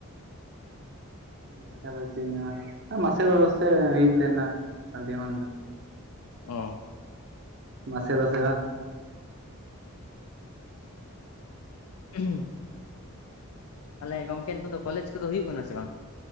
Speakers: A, on the right; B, on the left.
A: <unintelligible> ᱪᱮᱜ ᱤᱧ ᱢᱮᱱᱟ ᱟ ᱢᱟᱥᱮ ᱫᱚ ᱥᱮ ᱦᱩᱭᱩᱜ ᱠᱟᱱᱟ ᱟᱹᱰᱤ ᱟᱢᱫᱟ᱾
B: ᱚ᱾
A: ᱢᱟᱥᱮ ᱫᱚᱥᱮ ᱵᱟ?
B: ᱦᱩᱸ᱾ ᱛᱟᱦᱞᱮ ᱜᱚᱝᱠᱮ ᱱᱤᱛᱚᱜ ᱫᱚ ᱠᱚᱞᱮᱡᱽ ᱠᱚᱫᱚ ᱦᱩᱭᱩᱜ ᱠᱟᱱᱟ ᱥᱮ ᱵᱟᱝ?